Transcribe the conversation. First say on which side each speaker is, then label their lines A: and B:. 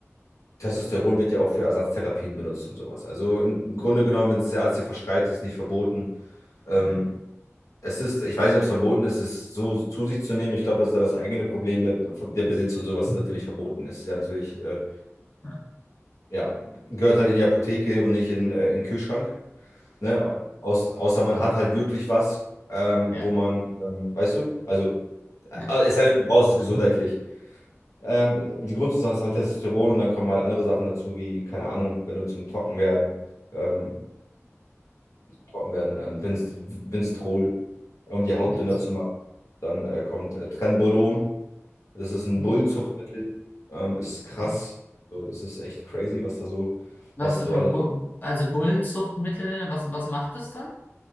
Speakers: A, on the left; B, on the left.
A: Testosteron wird ja auch für Ersatztherapien benutzt und sowas. Also im Grunde genommen, wenn es der Arzt dir verschreibt, ist es nicht verboten. Ähm,
B: okay.
A: Es ist, ich weiß nicht, ob es verboten ist, es so zu sich zu nehmen. Ich glaube, das ist da das eigene Problem. Der, der Besitz und sowas ist natürlich verboten. Es ist ja natürlich, äh,
B: Ja,
A: ja, gehört halt in die Apotheke und nicht in, äh, in den Kühlschrank. Ne? Aus, außer man hat halt wirklich was, ähm,
B: ja.
A: wo man, ähm, weißt du, also, äh,
B: ja.
A: es sei denn, du brauchst es gesundheitlich. Ähm, die Grundsubstanz ist halt Testosteron und dann kommen halt andere Sachen dazu, wie, keine Ahnung, wenn du zum Trockenwerden. Ähm, trocken werden. Ähm, Vinst- Vinstrol, um die Haut
B: Mindest-
A: dünner zu machen. Dann äh, kommt äh, Trenbolon. Das ist ein
B: Mhm.
A: Bullenzuchtmittel. Ähm, ist krass.
B: Okay.
A: So, das ist echt crazy, was da so,
B: Was,
A: was da
B: äh,
A: so
B: Bu-
A: alles.
B: also Bullenzuchtmittel, was, was macht das dann?